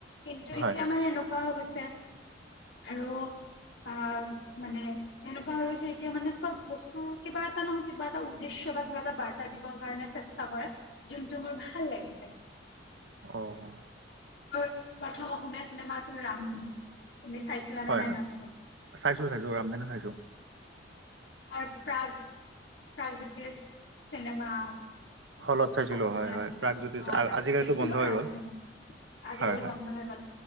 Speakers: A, on the left (about 70°); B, on the right (about 80°).
A: কিন্তু
B: হয়
A: এতিয়া মানে কোৱা গৈছে, আৰু আহ, মানে এনেকুৱা হৈ গৈছে এতিয়া মানে চব বস্তু কিবা এটা নহয় কিবা এটা উদ্দেশ্য বা কিবা এটা বাৰ্তা দিবৰ কাৰণে চেষ্টা চেষ্টা কৰে, যোনটো মোৰ ভাল লাগিছে।
B: অহ
A: মোৰ প্ৰথম অসমীয়া চিনেমা আছিল ৰামধেনু। তুমি চাইছিলানে
B: হয়
A: নাই
B: হয়
A: নাজানোঁ।
B: চাইছো চাইছো, ৰামধেনো চাইছোঁ।
A: আৰু প্ৰাগ প্ৰাগজ্যোতিষ চিনেমা
B: হলত চাইছিলো
A: অহ,
B: হয়
A: যে
B: হয়
A: আছিলে
B: প্ৰাগজ্যোতি
A: অ তাত
B: আজিকালিতো
A: চাইছিলো
B: বন্ধ হৈ
A: ৰামধেনু।
B: গ'ল
A: আজিকালি
B: হয় হয়
A: বন্ধ হৈ গল।